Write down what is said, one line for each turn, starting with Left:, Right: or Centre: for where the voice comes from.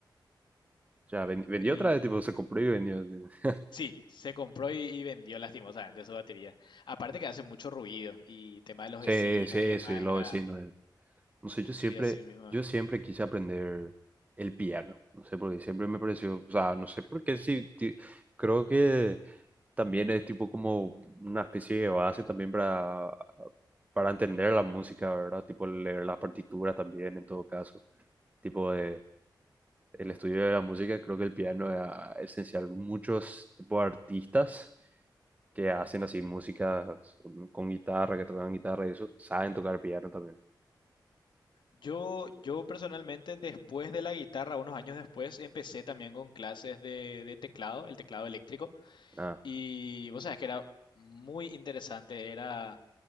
Right: Ya, ven- vendió
Left: Y
Right: otra vez, tipo, se compró y vendió. <laughs>
Left: sí, se compró y, y vendió lastimosamente su batería. Aparte que hace mucho ruido y tema de los
Right: Sí,
Left: vecinos
Right: sí,
Left: y demás,
Right: sí, lo
Left: era,
Right: vecino. No sé, yo
Left: sí,
Right: siempre,
Left: así mismo.
Right: yo siempre quise aprender el piano. No sé por qué, siempre me pareció, o sea, no sé por qué, sí, ti- creo que también es tipo como una especie de base también para, para entender la música, ¿verdad? Tipo leer las partituras también, en todo caso. Tipo de, el estudio de la música, creo que el piano es ah, esencial. Muchos tipo de artistas que hacen así música con guitarra, que tocan guitarra y eso, saben tocar piano también.
Left: Yo, yo personalmente, después de la guitarra, unos años después, empecé también con clases de, de teclado, el teclado eléctrico,
Right: Ah,
Left: y vos sabés que era muy interesante, era,